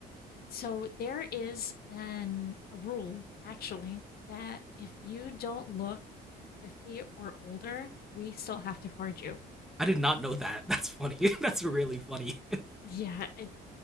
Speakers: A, on the left; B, in the centre.
A: So there is an a rule actually that if you don't look 50 or older, we still have to card you.
B: I did not know that. That's funny. <laughs> That's really funny. <laughs>
A: Yeah, it,